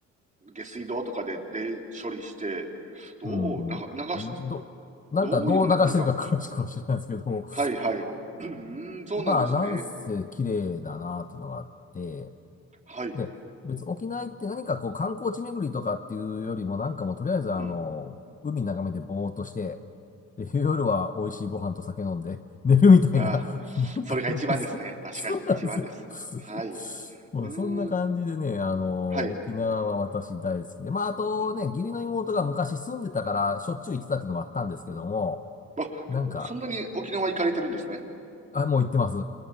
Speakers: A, on the right; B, on the left.
A: 下水道とかで、で、処理して、
B: <laughs>
A: どう、
B: うん、
A: なが流し
B: ど、なんかどう流してるか詳しくは知らないですけど、
A: どういう風になってるのか。はいはい。うーん、そうなんですね。
B: まあ、なんせ綺麗だなっていうのがあって、
A: はい。
B: で、別、沖縄行って何かこう観光地巡りとかっていうよりも、なんかもうとりあえずあの、
A: うん。
B: 海眺めてぼーっとして、で、夜は美味しいご飯と酒飲んで、<laughs> 寝るみたいな、
A: ああ、
B: <laughs> なんか、
A: それが一番ですね。
B: そ、
A: 確かに一番です。
B: そうなんですよ。
A: はい。
B: <laughs>
A: う
B: まあ、
A: ーん。
B: そんな感じでね、あの、
A: はい。
B: 沖縄は私大好きで、まあ、あとね、
A: うん。
B: 義理の妹が昔住んでたから、しょっちゅう行ってたっていうのもあったんですけども、
A: あ、
B: なんか、
A: そんなに沖縄行かれてるんですね。
B: あ、もう行ってます。